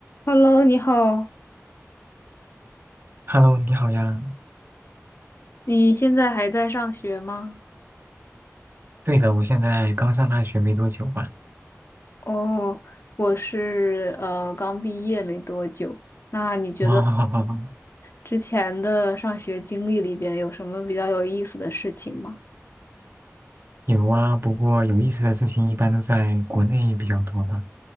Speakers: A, on the left; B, on the right.
A: Hello，你好，
B: Hello，你好呀。
A: 你现在还在上学吗？
B: 对的，我现在刚上大学没多久吧。
A: 哦，我是呃刚毕业没多久。那你觉得
B: 啊，哦，
A: 之前的上学经历里边有什么比较有意思的事情吗？
B: <laughs> 有啊，不过有意思的事情一般都在国内比较多吧。